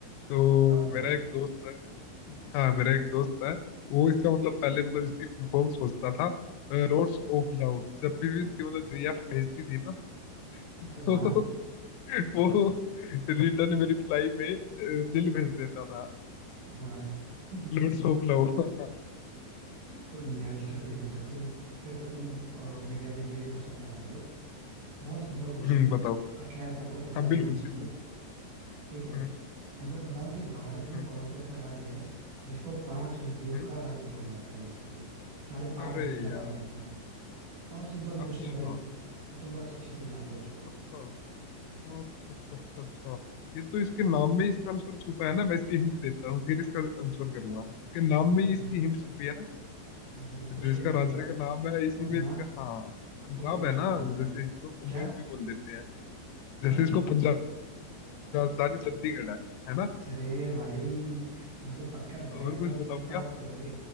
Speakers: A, on the left; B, on the right.
A: तो
B: हाँ बताओ बताओ
A: मेरा एक दोस्त है हाँ मेरा एक दोस्त है वो इसका मतलब पहले मतलब इसकी फुल फॉर्म सोचता था लॉर्ड्स ऑफ लव जब भी भी इसकी मतलब जीएफ भेजती थी ना <laughs>
B: हाँ हाँ
A: तो वो रिटर्न में रिप्लाई में अ, दिल भेज देता था
B: हाँ, <laughs>
A: लॉर्ड्स ऑफ लव <laughs>
B: कोई नहीं यार स्टार्टिंग में था तुम फिर तो तुम अ, मेरे अभी मेरे क्वेश्चन का आंसर दो बहुत सिंपल क्वेश्चन
A: हम्म
B: है
A: बताओ
B: और खैर सबको पता
A: हाँ
B: भी
A: बिल्कुल
B: होना चाहिए
A: सिंपल
B: ठीक है
A: हम्म
B: मतलब बताओ कि भारत में
A: हम्म
B: कौन सा ऐसा राज्य है जिसको पांच नदियों
A: हम्म
B: का राज्य बोला जाता है बेसिकली जहाँ पे पांच
A: अरे
B: नदियां
A: यार
B: पाई जाती हैं बहुत सिंपल
A: अच्छा
B: क्वेश्चन है भाई और तुम बहुत अच्छे से भी जानते हो उसको
A: अच्छा अच्छा अच्छा अच्छा अच्छा ये तो इसके नाम में ही इसका आंसर छुपा है ना मैं इसकी हिंट देता हूँ फिर इसका आंसर करूंगा इसके नाम
B: हाँ
A: में ही
B: हाँ
A: इसकी हिंट छुपी है ना
B: हाँ हाँ,
A: जो
B: कुछ
A: इसका
B: कह सकते
A: राजा
B: हो
A: का नाम है इसी
B: हाँ
A: में
B: हाँ
A: इसका हाँ पंजाब
B: उसी में
A: है ना
B: छुपा हुआ है
A: जैसे इसको पंजाब
B: क्या
A: भी बोल देते हैं
B: हाँ
A: जैसे इसको पंजाब राजधानी चंडीगढ़ है है ना
B: अरे भाई मुझे पक्का लग रहा
A: और
B: है इस बार
A: कुछ बताऊं
B: तुम टॉप
A: क्या
B: करोगे